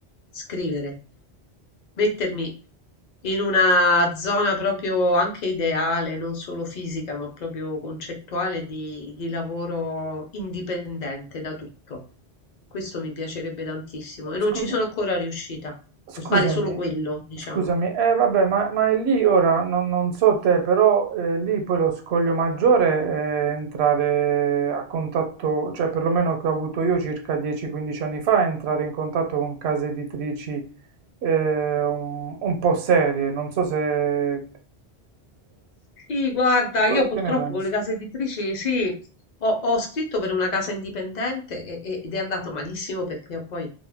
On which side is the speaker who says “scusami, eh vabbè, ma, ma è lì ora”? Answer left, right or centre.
Right